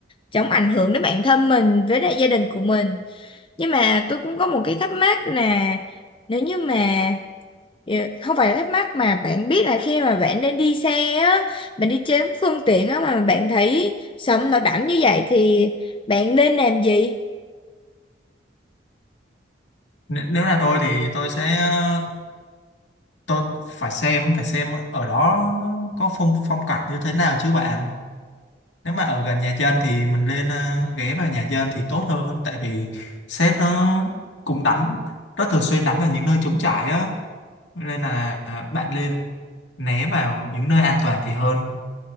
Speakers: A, on the left (about 30°); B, on the left (about 80°).
A: chống ảnh hưởng đến bản thân mình với lại gia đình của mình nhưng mà tôi cũng có một cái thắc mắc là nếu như mà ờ, không phải là thắc mắc mà bạn biết là khi mà bạn đang đi xe á bạn đi trên phương tiện á mà bạn thấy sấm nó đánh như vậy thì bạn nên làm gì
B: N- nếu là tôi thì tôi sẽ ờ, tôi cũng phải xem phải xem ở đó nó có phong phong cảnh như thế nào chứ bạn nếu mà ở gần nhà dân thì mình lên ờ, ghé vào nhà dân thì tốt hơn tại vì sét nó cũng đánh rất thường xuyên đánh vào những nơi trống trải á nên là bạn lên né vào những nơi an toàn thì hơn